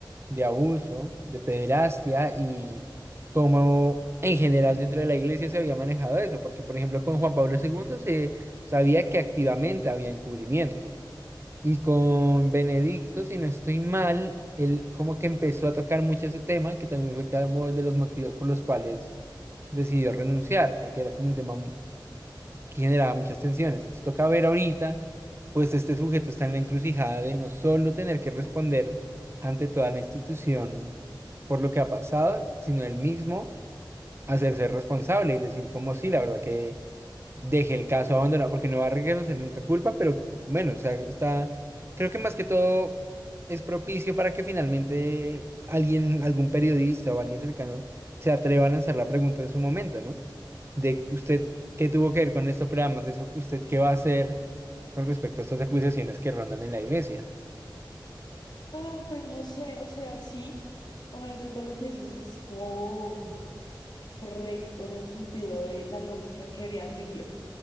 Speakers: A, on the right (about 30°); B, on the left (about 60°).
A: de abuso, de pederastia y cómo en general dentro de la iglesia se había manejado eso, porque por ejemplo con Juan Pablo segundo se sabía que activamente había encubrimiento y con Benedicto, si no estoy mal, él como que empezó a tocar mucho ese tema, que también fue como de los motivos por los cuales decidió renunciar, porque era como un tema que generaba muchas tensiones. Entonces toca ver ahorita, pues este sujeto está en la encrucijada de no solo tener que responder ante toda la institución por lo que ha pasado, sino él mismo hacerse responsable y decir como sí, la verdad que deje el caso abandonado, porque no va a reconocer nunca culpa, pero bueno, o sea, está, creo que más que todo es propicio para que finalmente alguien, algún periodista o alguien cercano se atreva a lanzar la pregunta en su momento, ¿no? De usted qué tuvo que ver con esto, pero además de eso, usted qué va a hacer con respecto a estas acusaciones que rondan en la iglesia.
B: Ay, pues no sé, o sea, sí, obviamente todo lo que dices es como correcto en el sentido de la lógica que quería seguir.